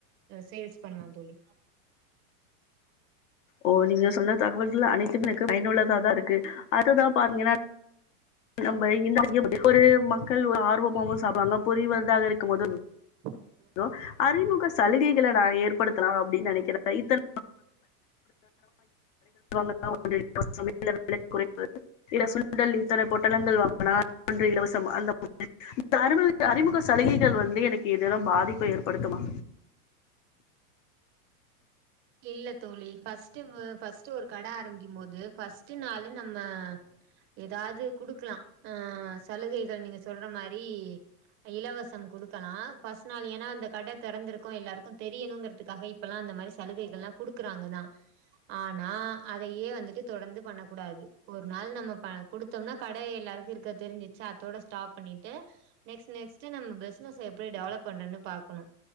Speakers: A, on the right; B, on the left.
A: சேல்ஸ் பண்ணலாம் தோழி
B: ஓ நீங்க சொன்ன தகவல்கள் அனைத்தம் எனக்கு பயனுள்ளதாதான் இருக்கு அதுதான் பாத்தீங்கன்னா நம்ம இந்த அரிசி பிஃபோர்ரு மக்கள் ஒரு ஆர்வமாவவும் சாப்பறாங்க புரிவதாக இருக்கும் போதும்
A: <inaudible>
B: லோ அறிமுக சலுகைகளை நான் ஏற்படுத்தலாம் அப்டின்னு நினைக்கிறேன் இத்தன நாளா <inaudible> இல சுண்டல் இத்தன பொட்டலங்கள் வாங்கனால் ஒன்று இலவசம் அந்த மேரி இந்த அறி அறிமுக சலுகைகள் வந்து எனக்கு எதென்னா பாதிப்பை ஏற்படுத்துமா
A: இல்ல தோழி ஃபர்ஸ்ட் ஃபஸ்ட் ஒரு கடை ஆரம்பிக்கும் போது ஃபர்ஸ்ட்ட நாலும் நம்ம ஏதாது குடுக்கலா ஆ சலுகைகள் நீங்க சொல்ற மா ரி இலவசம் கொடுக்கலாம் ஃபர்ஸ்ட் நாள் ஏன்னா அந்த கடை திறந்திருக்கும் எல்லாருக்கும் தெரியணுங்கறதுக்காக இப்பெல்லாம் அந்த மாரி சலுகைகள்ல்லாம் குடுக்குறாங்க தான் ஆனா அதையே வந்துட்டு தொடர்ந்து பண்ண கூடாது ஒரு நாள் நம்ம ப குடுத்தோம்னா கடை எல்லாருக்கும் இருக்க தெரிஞ்சிச்சு அதோட ஸ்டாப் பண்ணிட்டு நெக்ஸ்ட்நெக்ஸ்ட் நம பிசினஸ் எப்டி டெவலப் பண்றதுனு பாக்கணும்